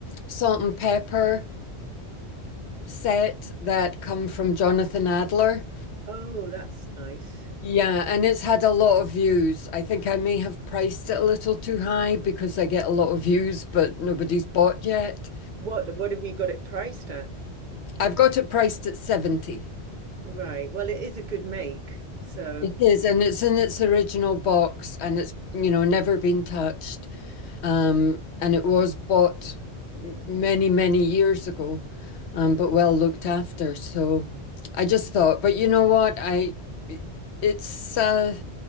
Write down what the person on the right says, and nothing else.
oh, that's nice.
What what have you got it priced at?
Right. Well, it is a good make. So